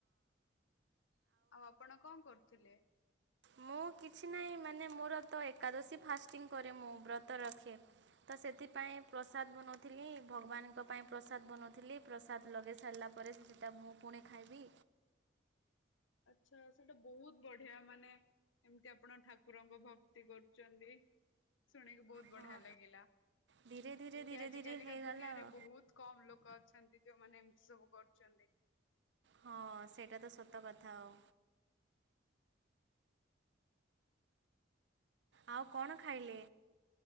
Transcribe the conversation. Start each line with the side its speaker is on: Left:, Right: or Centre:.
Left: ଆଉ, ଆପଣ କଣ କରୁଥିଲେ?
Right: ମୁଁ କିଛି ନାହିଁ, ମାନେ ମୋର ତ ଏକାଦଶୀ ଫାଷ୍ଟିଂ କରେ, ମୁଁ ବ୍ରତ ରଖେ। ତ ସେଥିପାଇଁ ପ୍ରସାଦ ବନେଉଥିଲି, ଭଗବାନଙ୍କ ପାଇଁ ପ୍ରସାଦ ବନେଉଥିଲି। ପ୍ରସାଦ ଲଗାଇ ସାରିଲା ପରେ, ସେଥିଟା ମୁଁ ପୁଣି ଖାଇବି।
Left: ଆଚ୍ଛା ଆଚ୍ଛା, ସେଇଟା ବହୁତ ବଢିଆ, ମାନେ। ଏମିତି ଆପଣ ଠାକୁରଙ୍କ ଭକ୍ତି କରୁଛନ୍ତି ଶୁଣିକି ବହୁତ୍ ବଢିଆ
Right: ହଁ
Left: ଲାଗିଲା,
Right: ଧୀରେ ଧୀରେ
Left: ଏମିତି
Right: ଧୀରେ
Left: ଆଜିକାଲିକା
Right: ଧୀରେ ହେଇଗଲା
Left: ଦୁନିଆରେ
Right: ଆଉ
Left: ବହୁତ୍ କମ୍ ଲୋକ ଅଛନ୍ତି, ଯୋଉମାନେ ଏମ୍ତି ସବୁ କରୁଛନ୍ତି।
Right: ହଁ, ସେଇଟା ତ ସତ କଥା ଆଉ। ଆଉ, କଣ ଖାଇଲେ